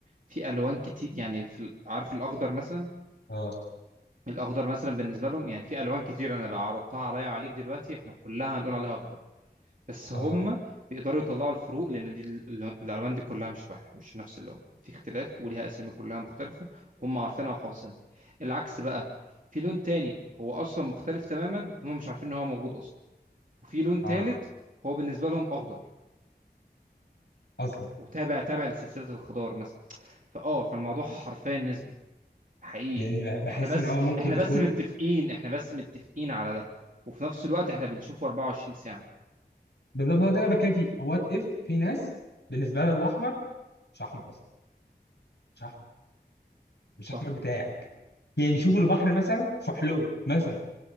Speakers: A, on the right (about 50°); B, on the left (about 80°).
A: في الوان كتير يعني في ال- عارف الاخضر مثلا
B: اه
A: الاخضر مثلا بالنسبه لهم يعني في الوان كتير انا لو عرضتها عليا وعليك دلوقتي احنا كلها هنقول عليها اخضر بس
B: اه
A: هم بيقدروا يطلعوا الفروق لان دي ال- اللون- الالوان دي كلها مش واحد مش نفس اللون في اختلاف وليها اسامي كلها مختلفه هم عارفينها وحافظينها العكس بقى في لون تاني هو اصلا مختلف تماما هم مش عارفين ان هو موجود اصلا وفي لون
B: اه
A: تالت هو بالنسبه لهم اخضر
B: اصلا
A: وتابع تابع لسلسله الخضار مثلا فاه فالموضوع حرفيا نسبي حقيقي
B: يعني بحس
A: احنا بس
B: ان هو ممكن
A: احنا
B: يكون
A: بس متفقين احنا بس متفقين على ده وفي نفس الوقت احنا بنشوفه 24 ساعة
B: بالظبط هو ده اللي انا بتكلم فيه وات اف في ناس بالنسبه لها الاحمر مش احمر اصلا مش احمر مش
A: صح
B: احمر بتاعي يعني يشوفوا البحر مثلا فحلوقي مثلا